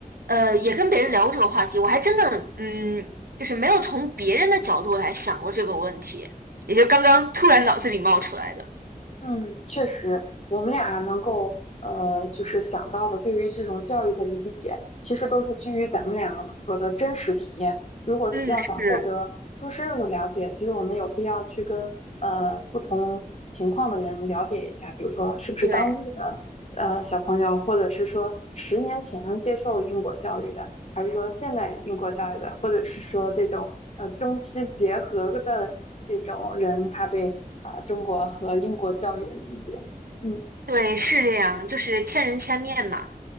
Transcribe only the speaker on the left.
嗯，确实，我们俩能够呃，就是想到的，对于这种教育的理解，其实都是基于咱们两个的真实体验。如果是要想获得更深入的了解，
其实我们有必要去跟呃不同情况的人了解一下，比如说是不是当地的呃小朋友，
或者是说十年前接受英国教育的，还是说现代英国教育的，或者是说这种呃中西结合的这种人，他对啊、呃中国和英国教育的理解。嗯